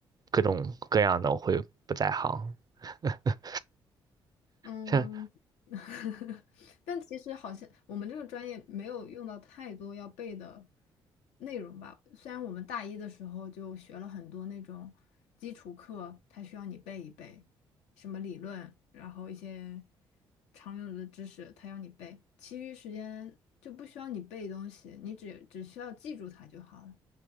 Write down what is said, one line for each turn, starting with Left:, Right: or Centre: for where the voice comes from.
Right: 各种各样的，我会不在行。<laughs>
Left: 嗯，
Right: 像
Left: <laughs> 但其实好像我们这个专业没有用到太多要背的内容吧。虽然我们大一的时候就学了很多那种基础课，它需要你背一背，什么理论，然后一些常用的知识，它要你背。其余时间就不需要你背东西，你只只需要记住它就好了。